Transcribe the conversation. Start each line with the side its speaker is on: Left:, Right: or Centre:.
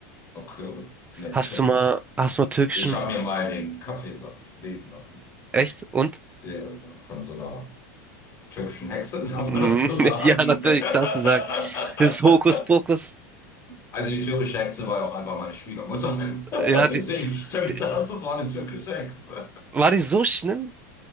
Left: Okay. Ne,
Right: Hast
Left: den kenne
Right: du mal,
Left: ich nicht.
Right: hast du mal türkischen,
Left: Ich habe mir mal den Kaffeesatz lesen lassen.
Right: echt? Und?
Left: Ja, von so einer türkischen Hexe, <laughs> darf
Right: Mhm.
Left: man das so
Right: <laughs>
Left: sagen?
Right: Ja, natürlich,
Left: <laughs>
Right: darfst du sagen. Das Hokuspokus,
Left: Also die türkische Hexe war ja auch einfach meine Schwiegermutter. <laughs>
Right: ja, die,
Left: Deswegen stimmt
Right: die,
Left: das, das war eine türkische Hexe.
Right: war die so schlimm?